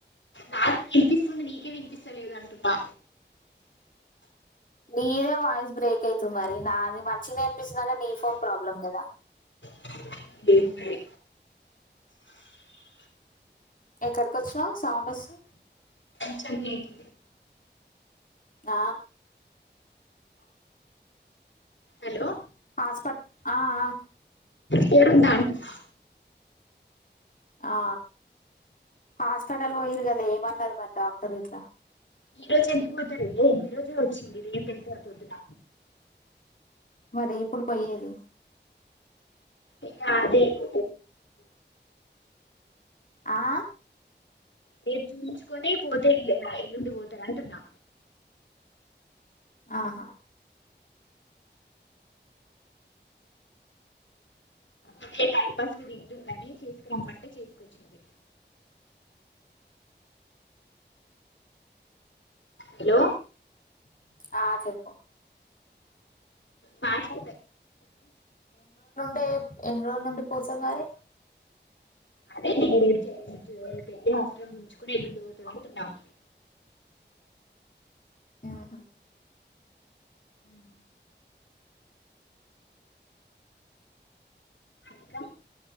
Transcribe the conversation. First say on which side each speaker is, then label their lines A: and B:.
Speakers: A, on the left; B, on the left.
A: నాకు వినిపిస్తుంది నీకే వినిపిస్తలేదు అంటున్నా
B: నీదే వాయిస్ బ్రేక్ అవుతుంది మరి నాది మంచి నే సవా నీ ఫోన్ ప్రాబ్లం కదా
A: అ ఏయి
B: ఎక్కడికి వచ్చినావు సౌండ్ వస్తుంది
A: సర్లే అయితే
B: ఆ
A: హలో
B: హాస్పట్ ఆ ఆ
A: పెరుగు ఉందా అని అంటున్న
B: ఆ హాస్పిటల్ పోయరు కదా ఏమన్నారు మరి డాక్టర్ ఇట్లా
A: ఈ రోజు ఎందుకుపోతారు ఏ ఈ రోజే వచ్చింది రేపు వెళ్తారు పొద్దున
B: మరి ఎప్పుడు పోయేది
A: ఇగ అదే <inaudible>
B: ఆ
A: రేపు చూయించుకొని పోతే ఎల్లుండి పోతారు అంటున్నా
B: ఆహా
A: అదే టైంపాస్ కి తింటుందని చేసుకు రమ్మంటే చేసుకొచ్చింది హలో
B: ఆ చెప్పు
A: మాష
B: తే ఎన్ని రోజులండి పోతది మరి
A: అదేనే పెట్టి హాస్పిటల్ చూపించుకుని ఎల్లుండి పోతాం అంటున్నాం
B: ఆహా
A: ఉహూ ఇంకా